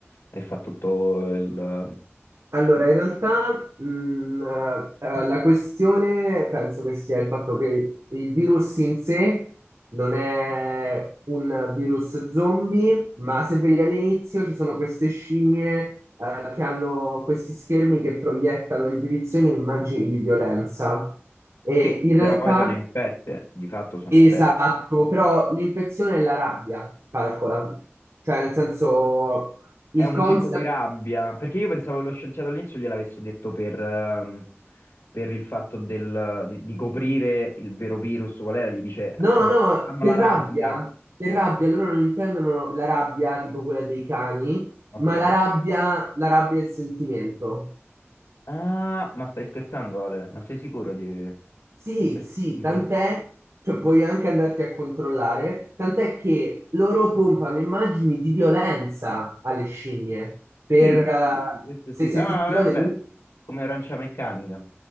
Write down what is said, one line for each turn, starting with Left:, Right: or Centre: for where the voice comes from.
Left: e fa tutto il...
Right: Allora, in realtà mh, eh, eh, la questione penso che sia il fatto che il virus in sé non è un virus zombie, ma se vedi all'inizio ci sono queste scimmie eh, che hanno questi schermi che proiettano a ripetizione immagini di violenza. E
Left: Sì,
Right: in
Left: però
Right: realtà,
Left: poi sono infette, di fatto sono
Right: esatto,
Left: infette.
Right: però l'infezione è la rabbia, calcola. Cioè, nel senso, il
Left: È un
Right: concept...
Left: tipo di rabbia, perché io pensavo che lo scienziato all'inizio gliel'avesse detto per, ehm, per il fatto del- di, di coprire il vero virus, qual era? Gli dice,
Right: No,
Left: sono-
Right: no,
Left: hanno
Right: per
Left: la rabbia.
Right: rabbia, per rabbia, loro non intendono la rabbia tipo quella dei cani,
Left: Ok.
Right: ma la rabbia, la rabbia è il sentimento.
Left: Ah, ma stai scherzando Ale? Ma sei sicuro di,
Right: Sì,
Left: di questo?
Right: sì,
Left: Di
Right: tant'è,
Left: questo?
Right: cioè puoi anche andarti a controllare, tant'è che loro pompano immagini di violenza alle scimmie, per,
Left: Sì, questo
Right: eh,
Left: sì, questo
Right: se,
Left: sì.
Right: se
Left: Ah,
Right: ti ricordi
Left: vabbè, come arancia meccanica.